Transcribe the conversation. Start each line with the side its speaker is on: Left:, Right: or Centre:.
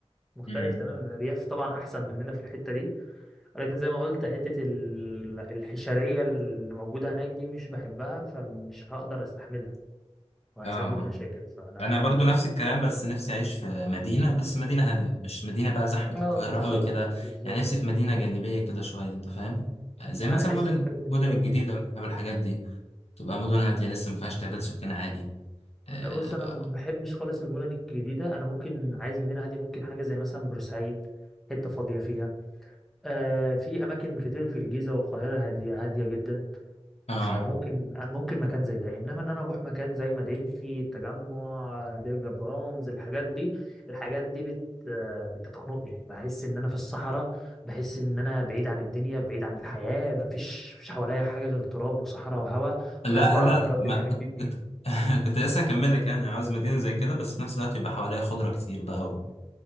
Centre: مختلف
Left: امم
Centre: تماما الأرياف طبعا أحسن مننا في الحتة دي ولكن زي ما قلت حتة ال- الحشرية اللي موجودة هناك دي مش بحبها فمش هقدر استحملها وهتسبب
Left: اه آه.
Centre: مشاكل فلا
Left: انا برضو
Centre: مش
Left: نفس الكلام بس نفسي اعيش في مدينه بس مدينه هاديه مش مدينه بقى زحمه
Centre: اه
Left: القاهره
Centre: بالظبط
Left: قوي كده
Centre: بالظبط
Left: يعني نفسي في مدينه جانبيه كده شويه انت فاهم زي مثلا
Centre: انا نفسي
Left: مدن
Centre: في حاجة زي
Left: مدن
Centre: كده برضه
Left: الجديده والحاجات دي تبقى مدن هاديه لسه ما فيهاش تعداد سكان عالي اه
Centre: بص انا ما بحبش خالص المدن الجديدة انا ممكن عايز مدينة هادية ممكن حاجة زي مثلا بورسعيد حتة فاضية فيها آه في اماكن كتير في الجيزة والقاهرة هادية هادية جدا
Left: آه.
Centre: فممكن ممكن مكان زي ده انما ان انا اروح مكان زي مدينتي التجمع ديرجا برونز الحاجات دي الحاجات دي بت بتخنقني بحس ان انا في الصحراء بحس ان انا بعيد عن الدنيا بعيد عن الحياه مفيش مفيش حواليا حاجه غير تراب وصحراء وهواء
Left: لا
Centre: وناس بعربيات
Left: لا ما
Centre: بتعمل بيب بيب
Left: كنت <laughs> كنت لسه هكمل لك يعني عاوز مدينة زي كده بس في نفس الوقت يبقى حواليها خضرة كتير بقى و-